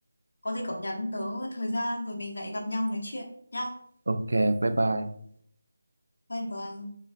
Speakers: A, on the left (about 55°); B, on the right (about 80°).
A: có gì cậu nhắn tớ thời gian rồi mình lại gặp nhau nói chuyện nhá
B: ok bye bye
A: bye bye